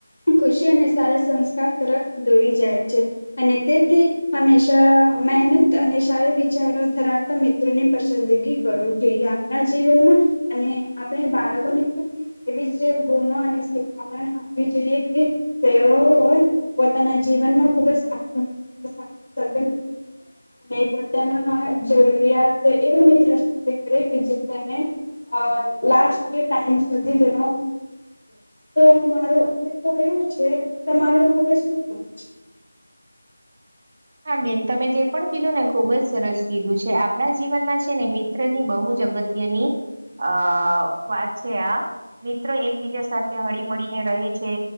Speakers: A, on the left (about 40°); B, on the right (about 15°).
A: ખુશી અને સારા સંસ્કાર તરફ દોરી જાય છે અને તેથી હંમેશા મહેનત અને સારા વિચારો ધરાવતા મિત્રોની પસંદગી કરો જોઈએ. આપણા જીવનમાં અને આપણે બાળકો ને પણ એવી જ ગુણો અને શીખ આપણાને આપવી જોઈએ કે તેઓ હોય પોતાના જીવનમાં ખુબ જ સારો <unintelligible> <unintelligible> અને પોતાના <unintelligible> જરૂરિયાત એવી મિત્રો સાથે કરે કે જે તેને અ લાસ્ટ ટાઈમ સુધી તેનો આપે. તો મારું અંતે તો એવું છે તમારું હવે શું કેવું છે
B: હા બેન તમે જે પણ કીધું ને ખુબ જ સરસ કીધું છે આપણા જીવનમાં ને મિત્ર ની બહુ જ અગત્યની આ વાત છે આ મિત્રો એકબીજા સાથે હળી મળીને રહે છે.